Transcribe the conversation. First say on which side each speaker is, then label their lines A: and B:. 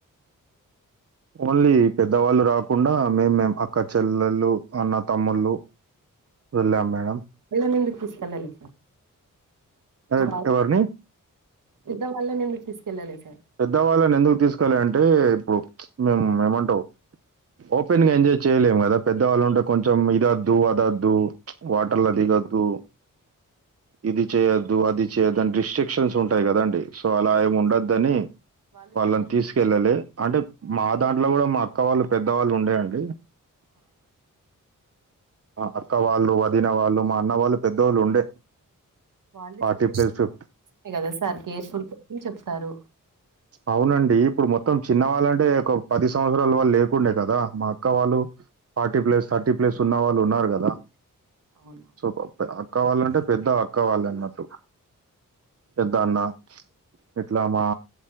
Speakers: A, on the right (about 45°); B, on the right (about 70°).
A: ఓన్లీ పెద్దవాళ్ళు రాకుండ మేము మే అక్క చెల్లెళ్ళలు అన్న తమ్ముళ్ళు వెళ్ళాం మేడం
B: పిల్లనేందుకు తీసుకెళ్లలే
A: అదే
B: సార్
A: ఎవరిని
B: పెద్ద వాళ్ళని ఎందుకు తీసుకెళ్ళాలే సార్
A: పెద్దవాళ్ళని ఎందుకు తీసుకోవా <unintelligible> అంటే ఇప్పుడు మేము ఏమంటావు ఓపెన్ గా ఎంజాయ్ చేయలేము కదా పెద్దవాళ్ళు ఉంటే కొంచెం ఇది వద్దు ఇది అద్దు వాటర్ల దిగ్గదు ఇది చేయొద్దు అది చేయొద్దు అని రిస్ట్రిక్షన్స్ ఉంటాయి కదండి సో అలా ఏమి ఉండద్దదుని
B: వాళ్ళు
A: వాళ్ళని
B: చెప్పే
A: తీసుకెళ్ళాలే అంటే మా దాంట్లో కూడా మా అక్క వాళ్ళు పెద్దవాళ్ళు ఉండేయండి
B: ఆ
A: అక్క వాళ్ళు వదిన వాళ్ళు మా అన్న వాళ్ళు పెద్దోళ్ళు ఉండే
B: వాళ్ళు
A: ఫార్టీ
B: <unintelligible>
A: ప్లస్ ఫిఫ్టీ
B: కదా సార్ కేర్ఫుల్ కోని చెప్తారు
A: అవునండి ఇప్పుడు మొత్తం చిన్నవాళ్ళంటే ఒక పది సంవ <unintelligible> రాలు వాళ్ళు లేకుండే కదా మా అక్క వాళ్ళు ఫార్టీ ప్లస్ థర్టీ ప్లస్ ఉన్న వాళ్ళు ఉన్నారు కదా
B: అవును
A: సో అక్క వాళ్ళంటే పెద్ద అక్క వాళ్ళు అన్నట్టు పెద్ద అన్న ఇట్లా మా